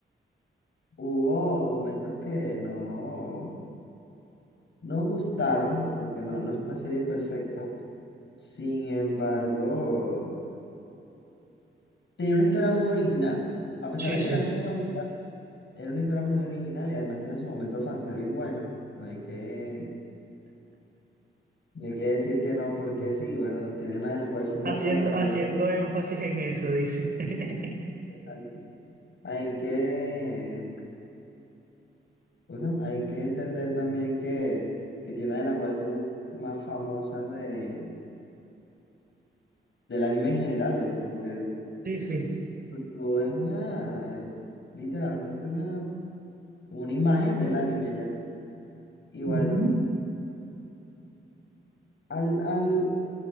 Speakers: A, on the left; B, on the right.
A: hubo momentos que no, no gustaron, porque no, no es una serie perfecta. Sin embargo, tenía una historia muy original. A pesar
B: Sí,
A: de
B: sí.
A: que era el género, era una historia muy original y además tenía su momento fanservice bueno. No hay que Y hay que decir que no, porque sí, bueno, tiene una de las waifus
B: Haciendo,
A: más conocidas.
B: haciendo énfasis en eso, dice. <laughs>
A: que Hay Hay que, ¿cómo se llama? Hay que entender también que, que tiene una de las waifus más famosas de, del anime en general, ¿oíste? Porque
B: Sí, sí.
A: tú es una, literalmente una, una imagen del anime ya. Y bueno,
B: Ujú.
A: al, al,